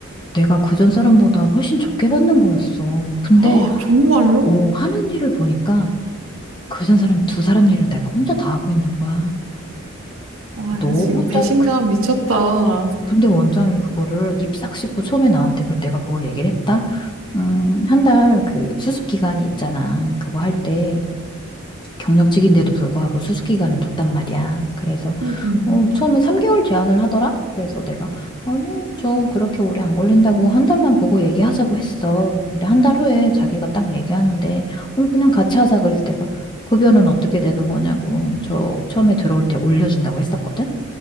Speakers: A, on the left; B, on the right.
A: 내가 그전 사람보다 훨씬 적게 받는 거였어. 근데
B: 아 정말로?
A: 오, 하는 일을 보니까 그전 사람 두 사람 일을 내가 혼자 다 하고 있는 거야.
B: 와
A: 너무
B: 이거 지금 배신감
A: 짜증, 그-
B: 미쳤다.
A: 근데 원장이 그거를 입싹 씹고 처음에 나한테 그 내가 그걸 얘기를 했다. 음, 한 달 그 수습 기간이 있잖아. 그거 할 때 경력직인데도 불구하고 수습 기간을 뒀단 말이야. 그래서
B: 응응
A: 어, 처음에 3개월 제한을 하더라. 그래서 내가 아니, 저 그렇게 오래 안 걸린다고 한 달만 보고 얘기하자고 했어. 근데 한 달 후에 자기가 딱 얘기하는데 어, 그냥 같이 하자 그래서 내가 급여는 어떻게 되는 거냐고 저 처음에 들어올 때 올려준다고 했었거든.